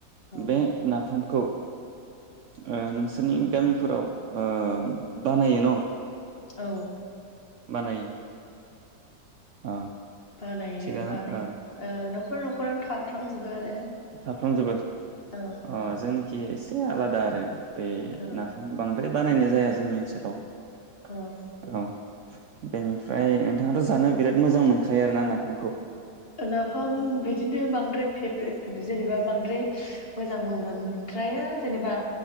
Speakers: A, on the left (about 40°); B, on the right (about 65°).
A: औ
B: बे नाफामखौ ओ नोंसोरनि
A: उम,
B: गामिफोराव ओम बानायो न?
A: औ।
B: बानायो। अ।
A: बानायो
B: थिगानो
A: बानाय
B: ओ
A: ओ नखर नखरानो थाफ्रामजोबो आरो।
B: थाफ्लांजोबो
A: औ
B: अ जोंनि खि एसे आलादा आरो। बे
A: औ
B: नाफाम बां बे बानायनाय जाया जोंनि ओनसोलाव।
A: औ
B: औ। बेनिफ्राय नोंथाङाथ जानो बिराद मोजां मोनखायो आरो ना नाफामखौ?
A: नाफाम बिदिनो बांद्राय फेभ्रेट जेनेबा बांद्राय मोजांबो मोनद्राया जेनेबा।